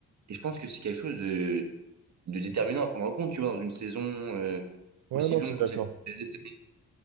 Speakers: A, on the right (about 55°); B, on the right (about 70°).
A: Et je pense que c'est quelque chose de, de déterminant à prendre en compte, tu vois, dans une saison euh,
B: Ouais,
A: aussi
B: non,
A: longue
B: je suis d'accord.
A: que celle du PSG cette année,